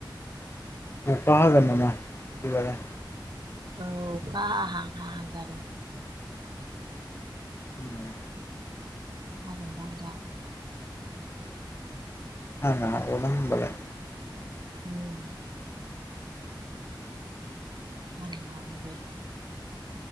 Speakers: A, on the left (about 30°); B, on the right (about 60°).
A: अखा हागोन नामा बिदिबालाय
B: औ अखा हाहां हाहां जादों
A: उम
B: हागोन दां दा
A: आं हाग'ला होमबालाय
B: उम। हानो हाग'बाय